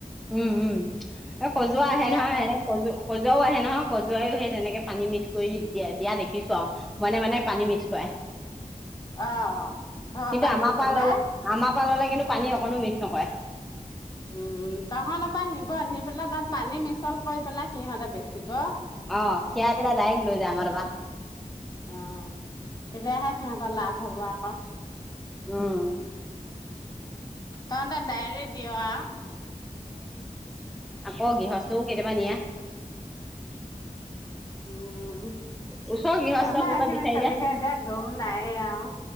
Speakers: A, in the centre; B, on the left.
A: উম উম। এ কজোৱা
B: তেতিয়াহে
A: আহে নহয়। এ কজ- কজোৱাও আহে নহয়। কজুৱাইও সেই তেনেকে পানী মিক্স কৰি দিয়া, দিয়া দেখিছো আৰু। মনে মনে পানী মিক্স কৰে।
B: অ' ঘৰৰ
A: কিন্তু আমাৰ
B: নি পেলাই
A: পৰা ল'লে, আমাৰ পৰা ল'লে কিন্তু পানী অকণো মিক্স নকৰে।
B: উম, তহঁতৰ পৰা নিব, নি পেলাই তাত পানী মিক্স ছল কৰি পেলাই সিহঁতে বেচিব।
A: অ', খীৰাই পেলাই ডাইৰেক্ট লৈ যায় আমাৰ তাৰপৰা।
B: অ', তেতিয়াহে সিহঁতৰ লাভ হব আকৌ।
A: উম।
B: তহঁতে ডাইৰেক দিয় আৰু।
A: আক গৃহস্থও কেতিয়াবা নিয়া।
B: উম',
A: ওচৰৰ গৃহস্থ
B: আম
A: কোনোবা
B: এইখিন
A: বিচাৰিলে
B: তেনেকে যে গৰু নাই আৰু।